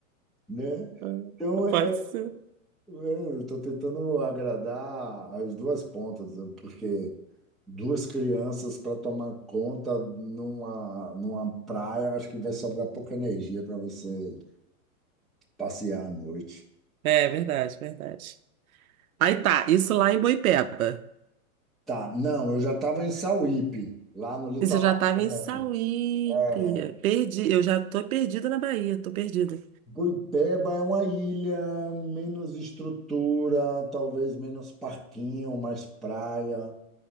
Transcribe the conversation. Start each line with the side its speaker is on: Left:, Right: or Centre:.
Centre: né?
Right: Ah,
Centre: Então, é,
Right: Pode
Centre: é,
Right: ser.
Centre: eu estou tentando agradar as duas pontas, né, porque duas crianças para tomar conta numa, numa praia, acho que vai sobrar pouca energia para você passear à noite.
Right: É verdade, verdade. Aí tá, isso lá em Boipeba.
Centre: Tá, não, eu já estava em Sauípe, lá no litoral
Right: Isso eu já tava
Centre: norte.
Right: em Sauípe.
Centre: É,
Right: Perdi, eu já tô perdida na Bahia, tô perdida.
Centre: Guipeba é uma ilha menos estrutura, talvez menos parquinho, mais praia.